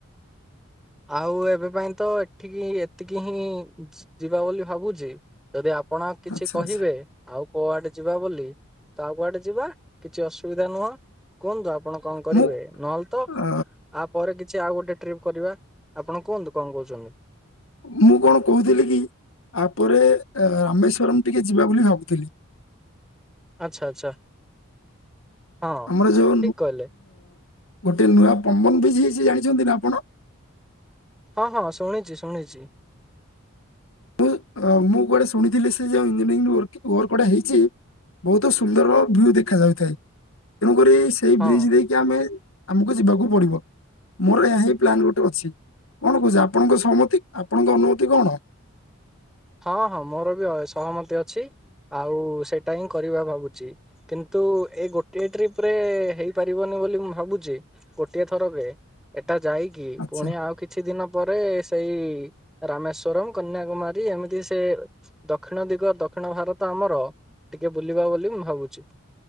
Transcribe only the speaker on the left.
ଆଚ୍ଛା
ଆଚ୍ଛା
ମୁଁ
ଅ,
ମୁଁ କଣ କହୁଥିଲି କି ତାପରେ ରାମେଶ୍ଵରମ ଟିକେ ଯିବା ବୋଲି ଭାବୁଥିଲି!
ଆମର ଯୋଉ
ଗୋଟେ ନୂଆ ପମ୍ବନ ବି ହେଇଛି ଜାଣିଛନ୍ତି ନା ଆପଣ?
ମୁଁ କୁଆଟେ ଶୁଣିଥିଲି ସେ ଯ ଇଞଜୋଟା ହେଇଛି ବହୁତ ସୁନ୍ଦର ଭି ଦେଖ ଯାଉଥାଏ, ତେଣୁକରି ସେଇ
ବ୍ରିଜ ଦେଇକି ଆମେ ଆମକୁ ଯିବାକୁ ପଡିବ। ମୋର ଏହା ହିଁ ପ୍ଲାନ ଗୋଟେ ଅଛି, କଣ କହୁଛି ଆପଣଙ୍କ ସହମତି ଆପଣଙ୍କ ଅନୁମତି କଣ?
ଆଚ୍ଛା